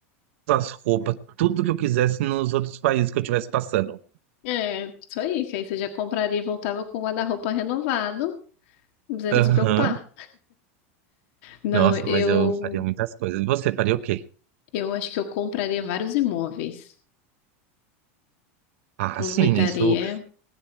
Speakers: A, on the right; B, on the left.
A: com as roupas, tudo que eu quisesse nos outros países que eu estivesse passando.
B: é, isso aí, que aí você já compraria e voltava com o guarda-roupa renovado, não precisaria
A: Aham,
B: se preocupar. Não,
A: Nossa,
B: eu
A: mas eu faria muitas coisas. E você faria o quê?
B: Eu acho que eu compraria vários imóveis.
A: Ah,
B: Aproveitaria.
A: sim, isso.